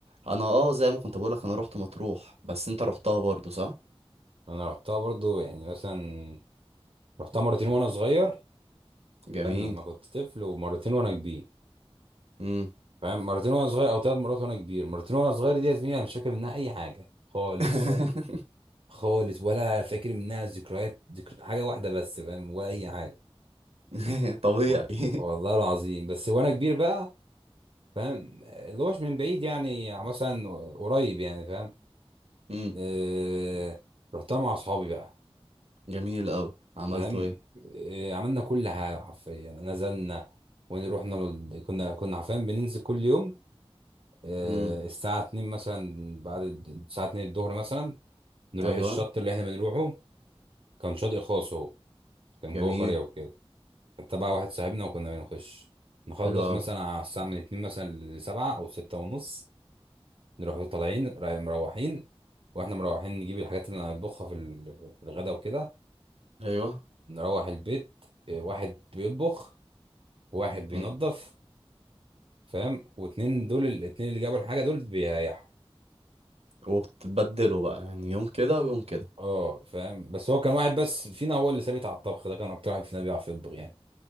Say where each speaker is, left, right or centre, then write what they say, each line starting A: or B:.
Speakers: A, on the right (about 90°); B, on the right (about 60°).
A: انا اه زي ما كنت بقولك انا روحت مطروح بس انت روحتها برضو صح
B: أنا رحتها برضه يعني مثلا رحتها مرتين وأنا صغير
A: جميل
B: فاهم لما كنت طفل ومرتين وانا كبير
A: امم
B: فاهم مرتين وانا صغير او ثلاث مرات وانا كبير مرتين وانا صغير دي يا زميلي انا مش فاكر منها اي حاجه خالص
A: <laughs>
B: خالص ولا فاكر منها ذكريات ذكر حاجه واحده بس فاهم ولا اي حاجه
A: اه طبيعي
B: و- والله العظيم بس وانا كبير بقى فاهم اللي هوش من بعيد يعني مثلا قريب يعني فاهم
A: امم
B: آه... رحتها مع اصحابي بقى
A: جميل قوي عملتوا
B: فاهم
A: ايه
B: آه... عملنا كل حاجه حرفيا نزلنا ونروحنا لل... كنا كنا حرفيا بننزل كل يوم آه،
A: امم
B: الساعة 2 مثلا بعد ال- الساعة 2 الظهر مثلا نروح
A: ايوه
B: الشط اللي احنا بنروحه كان شاطئ خاص هو كان
A: جميل
B: جوه قرية وكده كان تبع واحد صاحبنا وكنا بنخش نخلص
A: حلو قوي
B: مثلا على الساعة من 2 مثلا لسبعة أو ستة ونص نروح طالعين رايح- مروحين واحنا مروحين نجيب الحاجات اللي هنطبخها في ال- في الغدا وكده
A: ايوه
B: نروح البيت آه، واحد بيطبخ وواحد بينظف
A: امم
B: فاهم واتنين دول الاتنين اللي جابوا الحاجة دول بيريحوا
A: وبتبدلوا بقى يعني يوم كده ويوم كده
B: اه فاهم بس هو كان واحد بس فينا هو اللي ثابت على الطبخ ده كان اكتر واحد فينا بيعرف يطبخ يعني